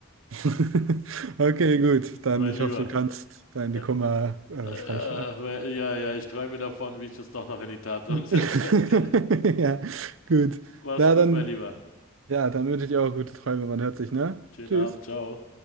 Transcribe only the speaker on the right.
<laughs> Okay, gut. Dann
ich
hoffe, du kannst deine
Kummer äh,
freischalten.
<laughs>
Ja, gut.
Na
dann,
ja, dann wünsche ich dir auch gute Träume. Man hört sich, ne?
Tschüss.